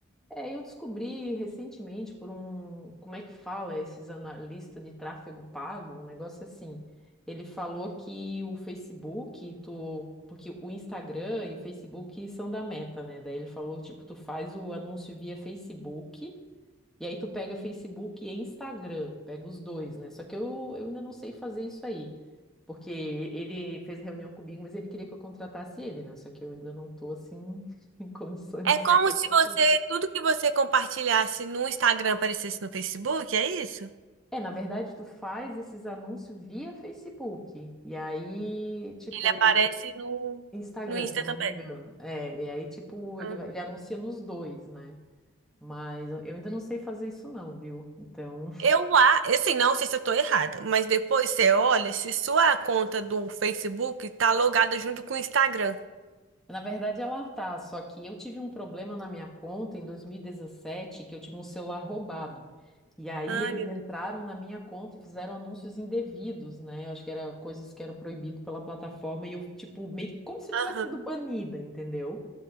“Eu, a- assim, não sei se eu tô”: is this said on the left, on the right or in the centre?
Right